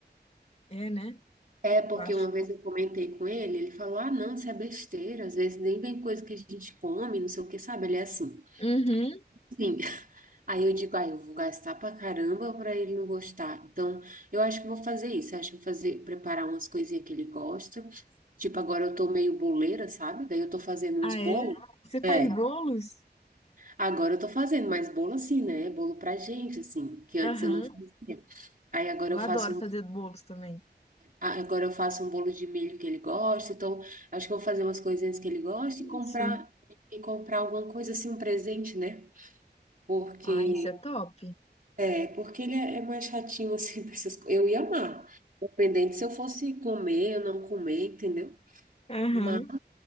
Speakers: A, on the left; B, on the right.
A: É, né?
B: É, porque
A: Eu acho.
B: uma vez eu comentei com ele, ele falou: ah, não, isso é besteira, às vezes nem vem coisa que a gente come, não sei o que, sabe? Ele é assim.
A: Uhum.
B: Sim. <laughs> Aí eu digo: ah, eu vou gastar pra caramba pra ele não gostar. Então, eu acho que eu vou fazer isso, eu acho que eu vou fazer, preparar umas coisinhas que ele gosta. Tipo, agora eu tô meio boleira, sabe? Daí eu tô fazendo
A: Ah,
B: uns
A: é?
B: bolos.
A: Você
B: É,
A: faz bolos?
B: agora eu tô fazendo, mais bolo assim, né? Bolo pra gente, assim, que antes
A: Aham.
B: eu não fazia. Aí agora
A: Eu
B: eu
A: adoro
B: faço
A: fazer
B: um
A: bolos também.
B: Ah, Agora eu faço um bolo de milho que ele gosta, então acho que eu vou fazer umas coisinhas que ele gosta
A: Isso.
B: e comprar e comprar alguma coisa assim, um presente, né? Porque
A: Ah, isso é top.
B: é, porque ele é é mais chatinho assim <laughs> pra essas coisas. Eu ia amar, dependente se eu fosse comer ou não comer, entendeu?
A: Aham.
B: Mas